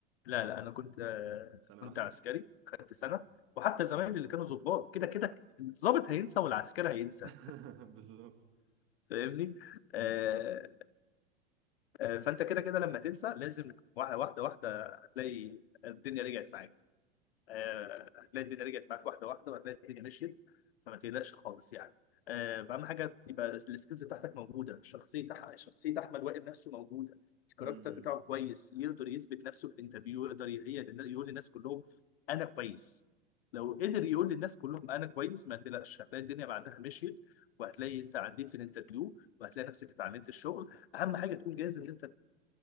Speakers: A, on the left; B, on the right.
A: لا لا انا كنت آه،
B: سنة
A: كنت
B: واحدة
A: عسكري خدت سنه
B: اه
A: وحتى
B: طب الحمد
A: زمايلي
B: لله
A: اللي كانوا ضباط كده كده الضابط هينسى والعسكري هينسى
B: <laughs> بالظبط
A: فاهمني آه،
B: امم
A: آه، فانت كده كده لما تنسى لازم واحده واحده واحده هتلاقي الدنيا رجعت معاك آه، هتلاقي الدنيا رجعت معاك واحده واحده وهتلاقي الدنيا مشيت فما تقلقش خالص يعني آه، اهم حاجه تبقى السكيلز بتاعتك موجوده شخصيه أح- شخصيه احمد وائل نفسه موجوده الكاركتر
B: امم
A: بتاعه كويس يقدر يثبت نفسه في الانترفيو يقدر ي- هي- يقول للناس كلهم انا كويس لو قدر يقول للناس كلهم انا كويس ما تقلقش هتلاقي الدنيا بعدها مشيت وهتلاقي انت عديت في الانترفيو وهتلاقي نفسك اتعلمت الشغل اهم حاجه تكون جاهز ان انت